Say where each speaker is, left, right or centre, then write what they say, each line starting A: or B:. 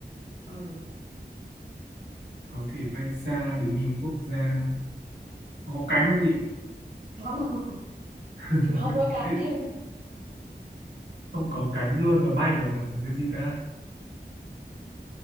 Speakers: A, on the right; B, on the right.
A: Ừ.
B: có thể bay xa đến nhiều quốc gia Nó có cánh không chị
A: Không, <laughs>
B: <laughs>
A: không có cánh. <laughs>
B: không có cánh luôn mà bay được à Là cái gì ta